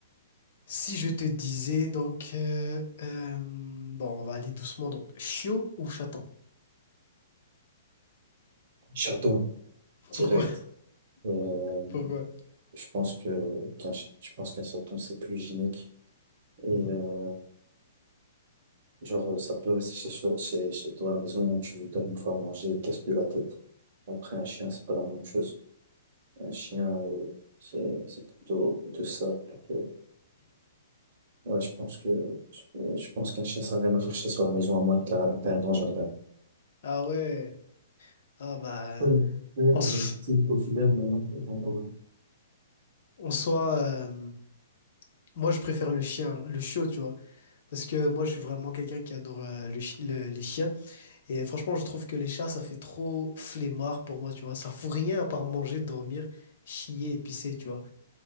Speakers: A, on the left; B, on the right.
A: Si je te disais donc, euh, euh, bon, on va aller doucement donc, chiot ou chaton?
B: Chaton, direct.
A: <laughs> Pourquoi?
B: Euh,
A: Pourquoi?
B: je pense que qu'un ch- je pense qu'un chaton, c'est plus hygiénique. Et
A: Mhm.
B: euh, genre, euh, ça peut rester chez, soi- chez, chez toi à la maison, tu lui donnes une fois à manger, il casse plus la tête. Après, un chien, c'est pas la même chose. Un chien, euh, c'est c'est plutôt, plutôt sale. plutôt- Ouais, je pense que je, euh, je pense qu'un chien, ça n'a rien à faire chez soi à la maison, à moins que t'as t'as un grand jardin.
A: Ah ouais. Ah bah
B: Oui, oui,
A: en, s-
B: le style populaire dans notre contemporain.
A: en soi, euh, moi je préfère le chien, le chiot, tu vois, parce que moi je suis vraiment quelqu'un qui adore euh, le chi- le- les chiens et franchement je trouve que les chats ça fait trop flemmard pour moi, tu vois, ça fout rien à part manger, dormir, chier et pisser, tu vois.